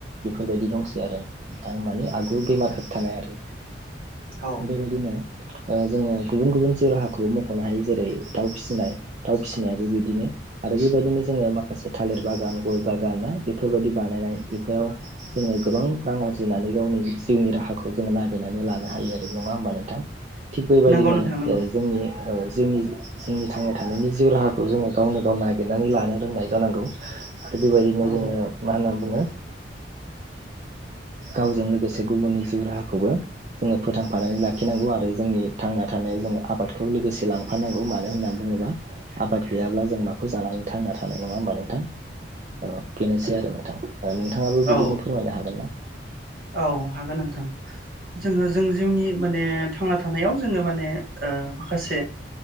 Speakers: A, on the right; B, on the right.
A: बेफोरबायदि दंसै आरो आं माने आगु बेमार होबथानाय आरो
B: औ
A: बेबायदिनो ओ जोङो गुबुन गुबुन जिउ राहाखौबो मख'नो हायो जेरै दाउ फिसिनाय दाउ फिसिनायाबो बिदिनो आरो बेबायदिनो जोङो माखा माखासे थालिर बागान गय बागान ना बेफोरबायदि बानायनाय बेफोराव जोङो गोबां रां आरजिनानै गावनि जिउनि राहाखौ जोङो नागिरनानै लानो हायो आरो नङा होमबा नोंथां थिक बेबायदिनो
B: नंगौ नोंथां नंगौ
A: ओ जोंनि औ जिउनि जोंनि थांना थानायनि जिउ राहाखौ जोङो गावनो गाव नागिरनानै लानो रोंनाय जांगौ आरो बेबायदिनो
B: औ
A: जोङो मा होनना बुङो गावजों लोगोसे गुबुननि जिउ राहाखौबो जोङो फोथांफानानै लाखिनांगौ आरो जोंनि थांना थानायाव जोङो आबादखौ लोगोसे लां लांफानांगौ मानो होननानै बुङोब्ला आबाद गैयाब्ला जों माखौ जानानै थांना थानो नङा होमबा नोंथां औ बिनोसै आरो नोंथां नोंथाङाबो बिदिनो
B: औ
A: फोरमायनो हागोन ना
B: औ हागोन नोंथां जोङो जों जिउनि माने थांना थानायाव जोङो माने ओ माखासे